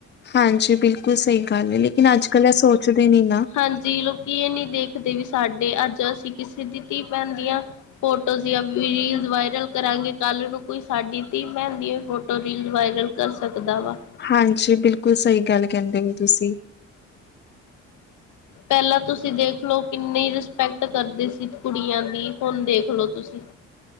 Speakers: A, on the left; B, on the left.
A: ਹਾਂਜੀ, ਬਿਲਕੁਲ ਸਹੀ ਗੱਲ ਹੈ, ਲੇਕਿਨ ਅੱਜ ਕੱਲ੍ਹ ਇਹ ਸੋਚਦੇ ਨੀ ਨਾ।
B: ਹਾਂਜੀ, ਕੀ ਏ ਨਹੀ ਦੇਖਦੇ ਵੀ ਸਾਡੇ ਅੱਜ ਅਸੀਂ ਕਿਸੇ ਦੀ ਧੀ-ਭੈਣ ਦਿਆ ਫੋਟੋਜ਼ ਜਾਂ ਵੀ ਰੀਲਜ਼ ਵਾਇਰਲ ਕਰਾਂਗੇ, ਕੱਲ ਨੂੰ ਕੋਈ ਸਾਡੀ ਧੀ-ਭੈਨ ਦੀ ਫੋੋ ਟੋ ਰੀਲ ਵਾਇਰਲ ਕਰ ਸਕਦਾ ਵਾ।
A: ਹਾਂਜੀ, ਬਿਲਕੁਲ ਸਹੀ ਗੱਲ ਕਹਿੰਦੇ ਹੋ ਤੁਸੀਂ।
B: ਪਹਿਲਾਂ ਤੁਸੀਂ ਦੇਖਲੋ ਕਿੰਨੀ ਰਿਸਪੈਕਟ ਕਰਦੇ ਸੀ ਕੁੜੀਆਂ ਦੀ ਹੁਣ ਦੇਖਲੋ ਤੁਸੀਂ।